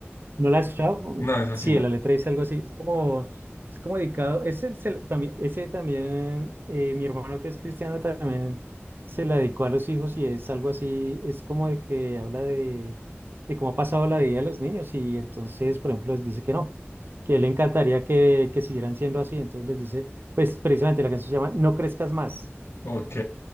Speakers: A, on the right; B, on the left.
A: ¿No la has escuchado?
B: No, esa
A: Sí,
B: sí no.
A: la letra dice algo así. Es como, es como dedicado. Ese se también, ese también eh, mi hermano que es cristiano también se la dedicó a los hijos y es algo así. Es como de que habla de, de cómo ha pasado la vida de los niños y entonces, por ejemplo, les dice que no, que le encantaría que, que siguieran siendo así. Entonces les dice, pues precisamente la canción se llama No crezcas más.
B: Ok,